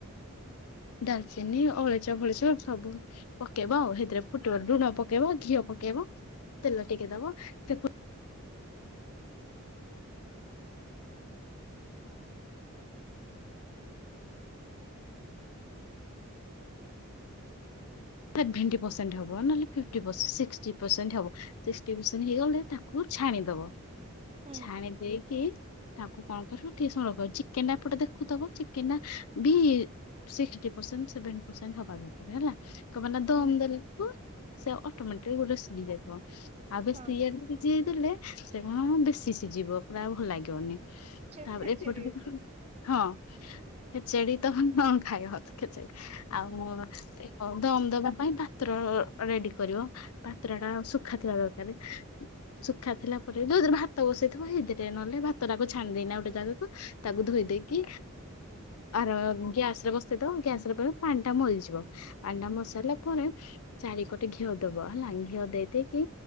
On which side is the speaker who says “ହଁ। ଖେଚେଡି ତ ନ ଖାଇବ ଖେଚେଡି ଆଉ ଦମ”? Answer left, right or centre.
Left